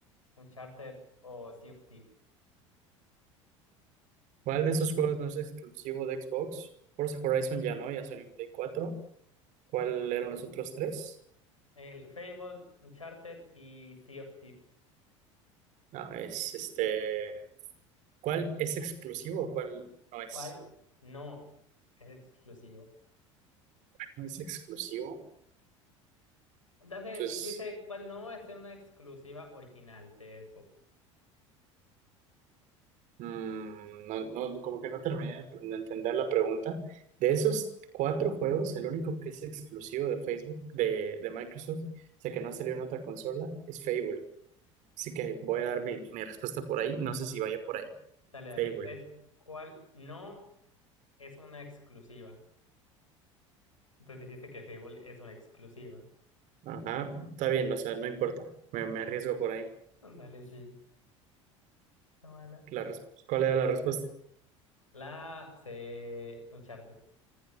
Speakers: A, on the left; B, on the right.
A: Uncharted o Sea of Thieves?
B: ¿Cuál de esos juegos no es exclusivo de Xbox? Forza Horizon ya no, ya salió en Play cuatro ¿Cuál eran los otros tres?
A: El Fable, Uncharted y Sea of Thieves.
B: No, es este. ¿Cuál es exclusivo o cuál no es?
A: ¿Cuál no es exclusivo?
B: No es exclusivo.
A: Dice,
B: Entonces.
A: dice cuál no es una exclusiva original de Xbox.
B: Mm, no, no, como que no terminé de de entender la pregunta. De esos cuatro juegos, el único que es exclusivo de Facebook, de, de Microsoft, o sea que no ha salido en otra consola, es Fable. Así que voy a dar mi, mi respuesta por ahí. No sé si vaya por ahí.
A: Dale, dale.
B: Fable.
A: Es cuál no es una exclusiva. Entonces dijiste que Fable es una exclusiva.
B: Ajá, está bien, o sea, no importa. Me, me arriesgo por ahí.
A: Dale, sí. Está mala.
B: La res- ¿cuál era la respuesta?
A: La C, Uncharted.